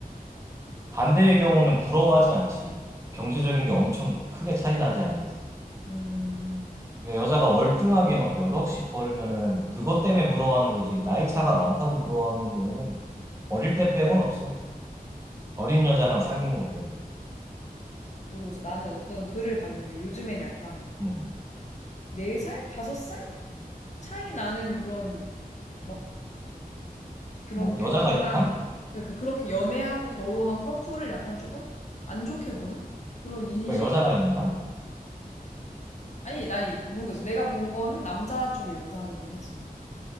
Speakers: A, on the right; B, on the left.
A: 반대의 경우는 부러워하지 않지. 경제적인 게 엄청 크게 차이 나지 않는 이상.
B: 음.
A: 그러니까 여자가 월등하게 막 몇 억씩 벌면은 그것 때문에 부러워하는 거지. 나이 차가 많다고 부러워하는 경우는 어릴 때 빼고는 없어. 어린 여자랑 사귀는 것 빼고는.
B: 모르겠어. 나는 어떤 글을 봤는데 요즘엔 약간
A: 음.
B: 4살? 5살? 차이 나는 그런 막 그런
A: 뭐,
B: 결혼한
A: 여자가 연상?
B: 그러니까 그렇게 연애하고 결혼한 커플을 약간 조금 안 좋게 보는 그런 인식
A: 그러니까 여자가 연상?
B: 아니 아니 모르겠어. 내가 본 거는 남자 쪽 연상이긴 했어.